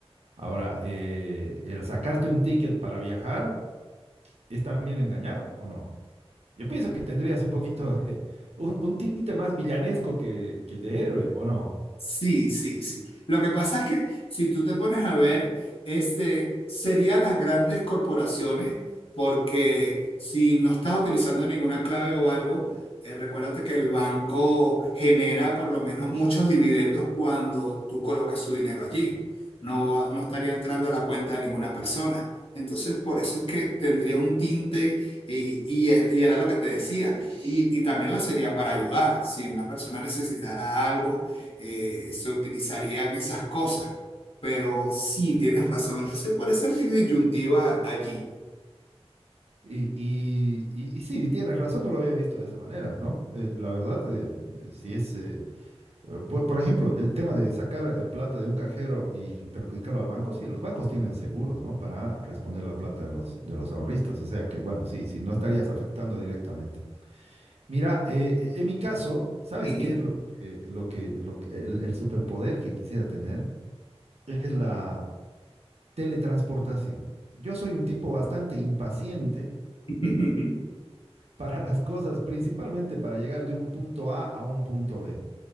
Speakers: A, on the right; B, on the left.
A: Ahora, eh, el sacarte un ticket para viajar es también engañar, ¿o no? Yo pienso que tendrías un poquito de- un, un tinte más villanesco que, que de héroe, ¿o no?
B: Sí, sí, sí. Lo que pasa es que si tú te pones a ver, este, serían las grandes corporaciones, porque si no estás utilizando ninguna clave o algo, eh, recuérdate que el banco genera por lo menos muchos dividendos cuando tú colocas su dinero allí. No, no estaría entrando a la cuenta de ninguna persona. Entonces, por eso es que tendría un tinte y, y er- y era lo que te decía. Y, y también lo sería para ayudar. Si una persona necesitara algo eh, se utilizarían esas cosas. Pero sí, tienes razón. Entonces, por eso es disyuntiva allí.
A: Y, y, y- y sí, tienes razón, no lo había visto de esa manera, ¿no? Eh, la verdad, eh, si es, eh, eh, por, por ejemplo, el tema de sacar eh, plata de un cajero y perjudicarlo al banco, sí, los bancos tienen seguros, ¿no? Para responder la plata de los, de los ahorristas, o sea que, bueno, sí, sí, no estarías afectando directamente. Mira, eh, eh, en mi caso, ¿sabes
B: Ujú,
A: qué es lo que, lo que, lo que, el, el superpoder que quisiera tener? Es la teletransportación. Yo soy un tipo bastante impaciente
B: <laughs>
A: para las cosas, principalmente para llegar de un punto A a un punto B.